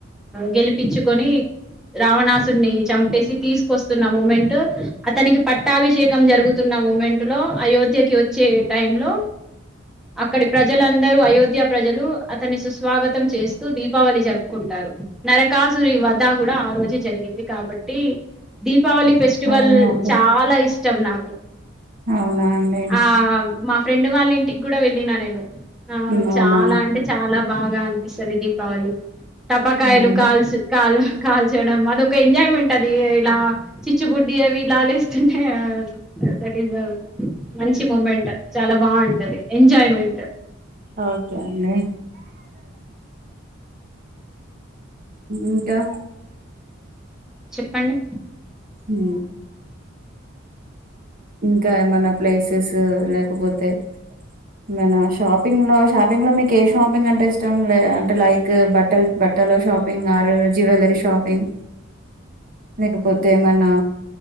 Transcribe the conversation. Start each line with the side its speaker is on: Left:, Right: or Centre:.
Centre: గెలిపించుకొని రావణాసుడిని చంపేసి తీసుకొస్తున్న మమెంట్ అతనికి పట్టాభిషేకం జరుగుతున్న మూమెంట్ లో అయోధ్యకి వచ్చే టైం లో అక్కడి ప్రజలందరూ అయోధ్య ప్రజలు అతన్ని సుస్వాగతం చేస్తూ దీపావళి జరుపుకుంటారు నరకాసురి వ తా కూడా ఆ రోజు జరిగింది కాబట్టి దీపావళి ఫెస్టివల్
Right: అవునా అండి
Centre: చాలా ఇష్టం నాకు
Right: అవునా అండి
Centre: ఆ మా ఫ్రెండ్ వాళ్ళ ఇంటికి కూడా వెళ్ళిన నేను ఆ
Right: హ్మ్. అవునా
Centre: చాలా అంటే చాలా బాగా అనిపిస్తది దీపావళి టపాకాయలు
Right: ఆహా!
Centre: కాల్చు కాలు కాల్చయడం అదొ ఒక ఎంజాయ్మెంట్ అది ఇలా చిచ్చుబుడ్డి అవి ఇలా లేస్తుంటే దట్ ఈస్ మంచి మూమెంట్ చాలా బాగుంటది ఎంజాయ్మెంట్
Right: ఓకే అండి ఇంకా
Centre: చెప్పండి
Right: ఉ ఇంకా ఏమైన ప్లేసెస్ లేకపోతే మనా షాపింగ్ లో షాపింగ్ లో మీకు ఏ షాపింగ్ అంటే ఇష్టం లే అంటే లైక్ బట్టల్ బట్ పట్టలో షాపింగ్ ఆరు జువెలరి షాపింగ్ లేకపోతే ఏమన్నా